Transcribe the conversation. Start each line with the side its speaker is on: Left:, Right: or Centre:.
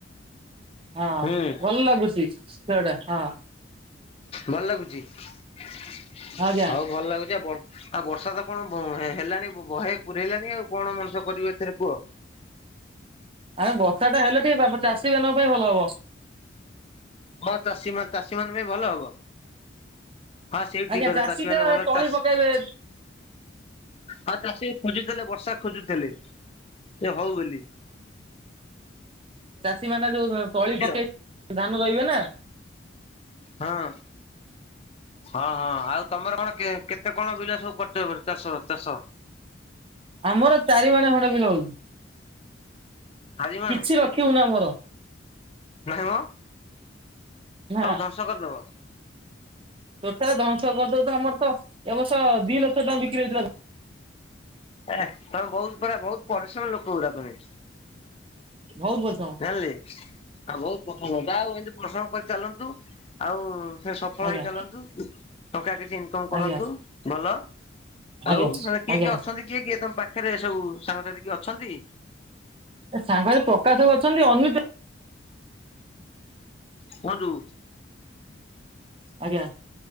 Right: ହଁ
Left: ହୁଁ
Right: ଭଲ ଲାଗୁଛି ଖେଳ ଟା ହଁ।
Left: ଭଲ ଲାଗୁଛି ହଉ
Right: ଆଜ୍ଞା।
Left: ଭଲ ଲାଗୁଛି ଆଉ। ଆଉ ବର୍ଷା ତ କଣ ବ ହେଲାଣି ଭହେ ପୁରେଇଲାଣି ଆଉ କଣ ମଣିଷ କରିବ ଏଥିରେ କୁହ?
Right: ଆରେ ବର୍ଷା ଟା ହେଲେ ଟିକେ ଚାଷୀ ମାନଙ୍କ ପାଇଁ ଭଲ ହବ।
Left: ହଁ ଚାଷୀ ମାନ ଚାଷୀ ମାନଙ୍କ ପାଇଁ ଭଲ ହବ। ହଁ ସେ ବି
Right: ଆଜ୍ଞା
Left: ଠିକ କଥା ଚାଷୀ ମାନେ
Right: ଟା
Left: ଭଲ
Right: ତଳି
Left: ଚାଷ
Right: ପକେଇବେ
Left: ହଁ ଚାଷୀ ଖୋଜୁଥିଲେ ବର୍ଷା ଖୋଜୁଥିଲେ ସେ ହଉ ବୋଲି।
Right: ଚାଷୀ ମାନେ ଯୋଉ ତଳୀ
Left: ବୁଝିଲ
Right: ପକେଇ ଧାନ ରୋଇବେନା।
Left: ହଁ ହଁ ହଁ ଆଉ ତମର କଣ କେତେ କଣ ବିଲ ସବୁ କରିଚ ଏବେ ଚାଷ ଚାଷ?
Right: ଆମର ଚାରି ମାଣେ ଖଣ୍ଡେ ବିଲ ହଉଛି।
Left: ଚାରିମାଣେ
Right: କିଛି ରଖିବୁନୁ ଆମର
Left: ନାଇମ
Right: ନା
Left: ହଉ ଚାଷ କରିଦେବ?
Right: ଟୋଟାଲ ଧଂଶ ତ <unintelligible> ଆମର ତ ଏବ ବର୍ଷ ଦିଇ ଲକ୍ଷ ଟଙ୍କା ବିକ୍ରି ହେଇଥିଲା ଧାନ।
Left: ଏଁ ତମେ ବହୁତ ପୁରା ବହୁତ ପରିଶ୍ରମ ଲୋକ ଗଡ଼ା ତମେ?
Right: ବହୁତ ବର୍ଷ।
Left: ଜାନଲି ଆଉ ବହୁତ ପ୍ରସଙ୍ଗ ଜାଉ ଏମିତି ପସଙ୍ଗ କରି ଚାଲନ୍ତୁ ଆଉ ସେ ସଫଳ
Right: ଆଜ୍ଞା
Left: ହେଇ ଚାଲନ୍ତୁ ଟଙ୍କା କିଛି ଇନକମ କରନ୍ତୁ
Right: ଆଜ୍ଞା
Left: ଭଲ।
Right: ଆଜ୍ଞା
Left: ଆଉ ମାନେ କିଏ
Right: ଆଜ୍ଞା।
Left: କିଏ ଅଛନ୍ତି କିଏ କିଏ ତମ ପାଖରେ ସବୁ ସାଙ୍ଗସାଥି କିଏ ଅଛନ୍ତି?
Right: ଏ ସାଙ୍ଗରେ ପ୍ରକାଶ ବାବୁ ଅଛନ୍ତି ଅନିତ
Left: କୁହନ୍ତୁ?
Right: ଆଜ୍ଞା।